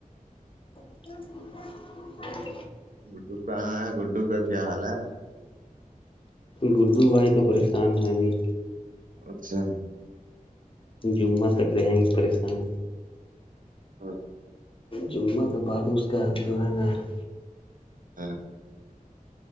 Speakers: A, on the left; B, on the right.
A: <unintelligible>
B: گڈو کہاں ہے گڈو کا کیا حال ہے <inaudible>
A: گڈو بھائی تو پریشان ہیں ابھی
B: اچھا
A: جمعہ تک رہیں گے پریشان
B: ہاں <inaudible>
A: جمعہ کے بعد اس کا جو ہے نا <inaudible>
B: ہاں <inaudible>